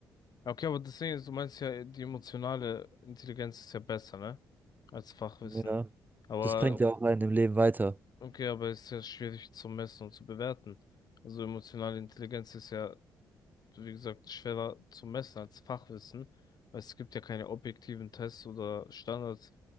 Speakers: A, on the left (about 45°); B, on the right (about 20°).
A: Okay, aber das Ding ist, du meinst ja, die emotionale Intelligenz ist ja besser, ne? Als Fachwissen.
B: Ja,
A: Aber,
B: das bringt ja auch einen im Leben weiter.
A: okay, aber ist ja schwierig zu messen und zu bewerten. Also emotionale Intelligenz ist ja, wie gesagt, schwerer zu messen als Fachwissen, weil es gibt ja keine objektiven Tests oder Standards,